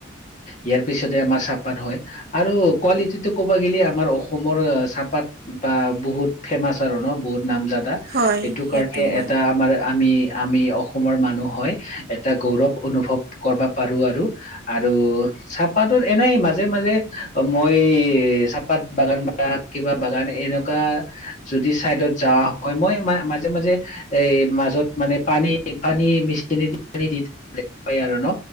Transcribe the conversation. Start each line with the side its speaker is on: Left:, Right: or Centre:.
Left: ইয়াৰ পিছতে আমাৰ চাহপাত হয়। আৰু কোৱালিটিটো ক'ব গ'লে আমাৰ অসমৰ চাহপাত বা বহুত ফেমাচ আৰু ন বহুত নামজাত।
Right: হয়
Left: এইটো
Right: সেইটো
Left: কাৰণে
Right: হয়
Left: এটা আমাৰ আমি, আমি অসমৰ মানুহ হয় এ এটা গৌৰৱ অনুভৱ কৰবা পাৰো আৰু, আৰু চা হপাতত এনেই মাজে, মাজে মই চাহপাত বাগান বা কিবা বাগান এনেকুৱা যদি চাইডেত যাওঁ হয় মই ম, মাজে, মাজে এই মাজত মানে পানী, পানী মেচিনেদি আৰু ন,